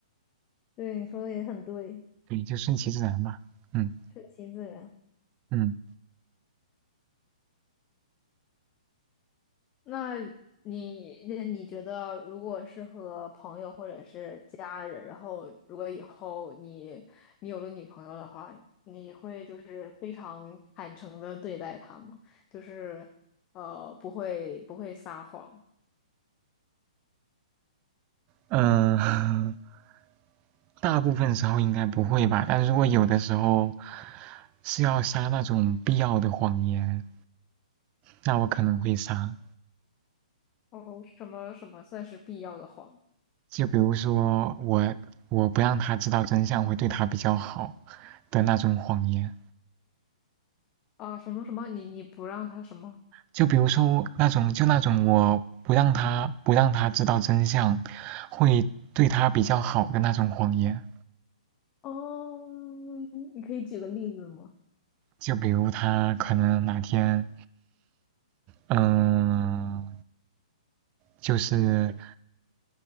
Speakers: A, on the left; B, on the right.
A: 对，你说的也很对，
B: 对，就顺其自然吧。嗯
A: 顺其自然。
B: 嗯
A: 那你那你觉得，如果是和朋友或者是家人，然后如果以后你你有了女朋友的话，你会就是非常坦诚的对待她吗？就是呃，不会不会撒谎，
B: 嗯、呃 <laughs> 大部分时候应该不会吧，但如果有的时候是要撒那种必要的谎言，那我可能会撒。
A: 哦，什么什么算是必要的谎？
B: 就比如说我我不让他知道真相会对他比较好的那种谎言。
A: 啊，什么什么？你你不让他什么？
B: 就比如说那种就那种我不让他不让他知道真相，会对他比较好的那种谎言。
A: 哦，你可以举个例子吗？
B: 就比如他可能哪天，嗯，就是